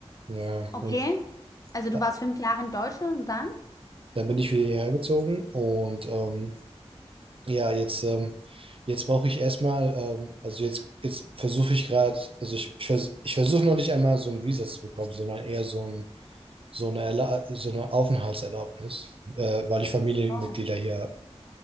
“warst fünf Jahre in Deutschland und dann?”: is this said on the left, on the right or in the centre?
Left